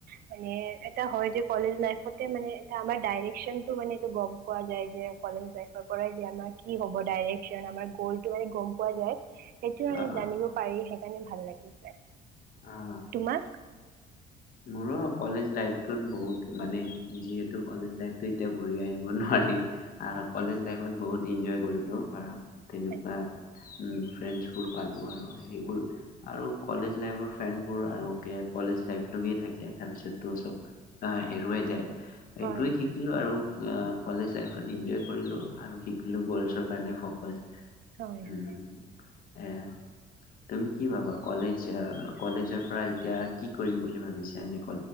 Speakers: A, on the right (about 65°); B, on the left (about 55°).
A: মানে এটা হয়, যে, কলেজ লাইফতে মানে এ আমাৰ ডাইৰেকচনটো মানে এইটো গম পোৱা যায় যে, কলেজ লাইফৰ পৰাই যে, আমাৰ কি হ'ব ডাইৰেকচন আমাৰ গলটো মানে গম পোৱা যায়। সেইটোয়ে
B: অ
A: জানিব পাৰিহে। স কাৰণে ভাল লাগিছে।
B: অ'।
A: <unintelligible>
B: মোৰো কলেজ লাইফটোত বহুত মানে যিহেতু কলেজ লাইফটো এতিয়া ঘূৰি আহিব নোৱাৰি। আৰু
A: আচ্ছা
B: কলেজ লাইফত বহুত ইনজয় কৰিলোঁ আৰু তেনেকুৱা
A: আ-
B: উম, ফ্ৰেণ্ডচ বোৰ পালো আৰু সেইবোৰ আৰু কলেজ লাইফৰ ফ্ৰেণ্ডবোৰ আৰু কে কলেজ লাইফ‌ <unintelligible> থাকে তাৰ পিছত তো চব আহ, হেৰুৱাই যায়। সেইটোয়ে
A: হয়
B: শিকিলো
A: হয়
B: আৰু। অ', কলেজ লাইফত ইনজয় কৰিলো আৰু শিকিলো গ'লছৰ কাৰণে ফকাচ
A: হয়
B: উম।
A: হয়
B: এ তুমি কি ভাবা কলেজ আহ, কলেজৰ পৰা এতিয়া কি কৰিম বুলি ভাবিছ <unintelligible>